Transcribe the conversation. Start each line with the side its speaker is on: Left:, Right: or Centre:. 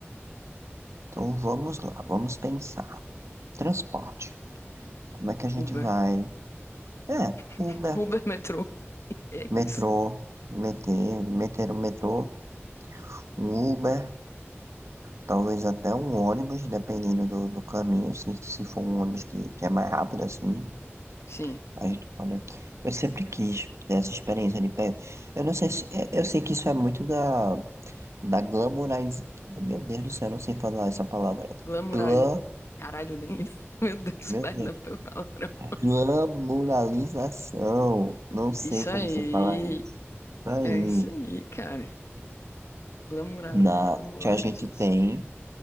Right: então vamos lá, vamos pensar. Transporte. Como é que a gente
Left: Uber.
Right: vai? É, Uber,
Left: <laughs> Uber metrô. É
Right: metrô,
Left: isso.
Right: meter, meter o metrô, um Uber, talvez até um ônibus, dependendo do, do caminho, se, se for um ônibus que, que é mais rápido assim.
Left: Sim.
Right: A gente, olha, eu sempre quis ter essa experiência de pé. Eu não sei se. é- Eu sei que isso é muito da, da glamoriz... Meu Deus do céu, eu não sei falar essa palavra.
Left: Glamourari...
Right: Glam...
Left: Caralho, nem isso. <laughs> Meu Deus,
Right: Meu
Left: perdão
Right: Deus.
Left: pelo palavrão.
Right: Glamoralização. Não sei
Left: Isso
Right: como
Left: aí.
Right: se fala isso aí.
Left: É isso aí, cara. Glamoura,
Right: Na...
Left: glamularização.
Right: Que a gente tem.